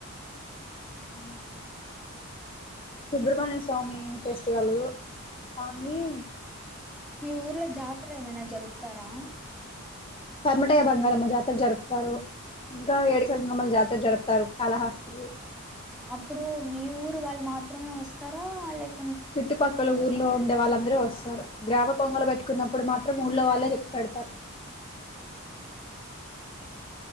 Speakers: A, on the left; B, in the centre.
A: ఉ సుబ్రమణ్య స్వామి ఫెస్టివలు కానీ
B: మీ ఊర్లో జాతరేమైనా జరుపుతారా
A: కర్మటయ్య బంగారమ్మ జాతర జరుపుతారు ఇంకా ఏడుకల గంగమ్మల జాతర జరుపుతారు కాలహస్త్రీ
B: అప్పుడు మీ ఊరు వాళ్ళు మాత్రమే వస్తారా లేక్
A: చుట్టుపక్కల ఊర్లో ఉన్ వాళ్ళందరూ వస్తారు గ్రామ పొంగలు పెట్టుకున్నప్పుడు మాత్రం ఊళ్ళో వాళ్ళే చెప్పి పెడతారు